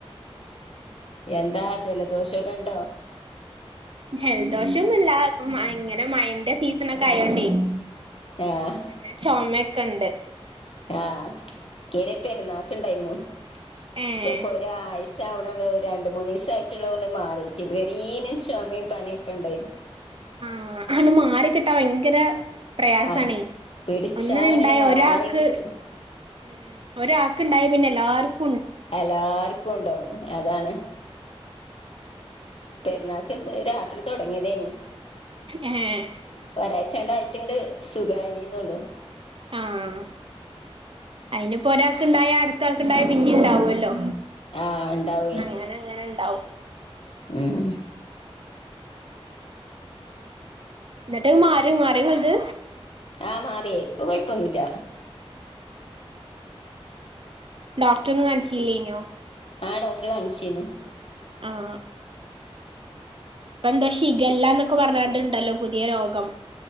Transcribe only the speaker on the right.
ജലദോഷൊന്നുല്ല ഇങ്ങനെ മഴന്റെ സീസൺ ഒക്കെ ആയോണ്ടേനെ
ച കണ്ട്
ഏഹ്
ആഹ അനു മാറിിക്കിട്ടാ ഭയങ്കര പ്രയാസണേ
ഒന്നിന ഉണ്ടായ
ഒരാൾക്ക്
ഉം ഒരാൾക്ക്ുണ്ടായി പിന്നെല്ല ആർക്കും
ഏഹ്
ആഹ അയിനിപ്പോൊ ഒരാൾക്ക്ുണ്ടായ അടുത്ത ആൾക്ക്ുണ്ടായ പിന്നി ഉണ്ടാവല്ലോ
അങ്ങനെ അങ്ങനെ ഉണ്ടാവും
എന്നിട്ട് മാര മാറ വലുത്
ഡോക്ടറിന കാണിച്ചല്ലേനോ
ആഹ ഇപ്പ എന്താ ശിഖല്ല എന്നൊക്കെ പറഞ്ഞണ്ട് ഇണ്ടല്ലോ പുതിയ രോഗം